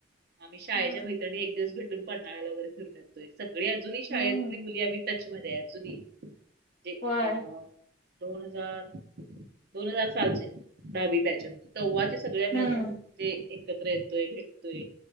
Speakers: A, on the right; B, on the left.
A: आम्ही शाळेच्या
B: हम्म
A: मैत्रणी एक <inaudible> दिवसेटून पन्हाळ्याला वगैरे फिरून येतोय सगळी अजून <inaudible> हही शाळेतली
B: हम्म
A: मुली आम्ही. <inaudible> टचमध्येध्ये अजूनहीे
B: होय
A: अ दोन हजार, दोन हजार सालचे दहावी <inaudible> पॅचन. तव्हाचे सगळे आम्ही
B: हम्म
A: अजून ते एकत्र येतोय, भेटतोय